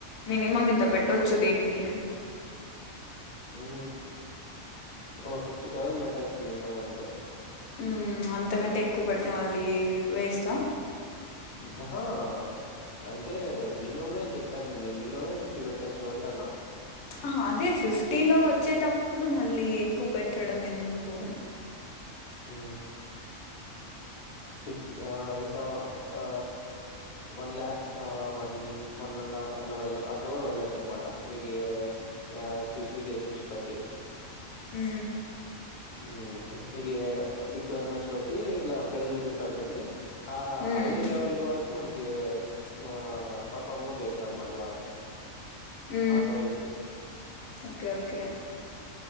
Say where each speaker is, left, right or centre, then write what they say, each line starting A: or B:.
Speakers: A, on the left; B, on the left.
A: మినిమం ఇంత పెట్టొచ్చు దీనికి అన్
B: ఉ ఓ ఫిఫ్టీ తౌసండ్ పెట్టచ్చు మినిమం అంటె
A: ఉ అంతకంటే ఎక్కువ పెడితే మళ్ళీ వేస్టా
B: ఆహా అంటే మినిమమేని చెప్తాన్ నేను మినిమమే ఫిఫ్టీ పెట్టచ్చు అంటన్న
A: ఆ అదే ఫిఫ్టీ లో వచ్చేటప్ ఇప్పుడు మళ్ళీ ఎక్కువ పెట్టడం ఎందుకు అ
B: ఉ చెప్ ఆ ఇంకా ఆ వన్ ల్యాక్ ఆ వన్ వన్ అండ్ హాఫ్ అట్లా వె అట్లా కూడా వెళ్ళొచ్చు అనమాట నీకు ఎ స్పైస్ స్పెసిఫికేషన్స్ పట్టి
A: ఉ
B: ఉ ఉ నికి రిక్వైర్మెంట్స్ బట్టి ఇలా ప్రైజ్ పెరుగుతా ఉంటుంది ఆ
A: ఉమ్
B: అదే లెవెల్ వర్ మనకి ఆ పర్ఫామ్ కూడా చేస్తారు అనమాట బాగా
A: ఉ
B: ఆ ప్రైజ్ కి
A: ఓకే ఓకే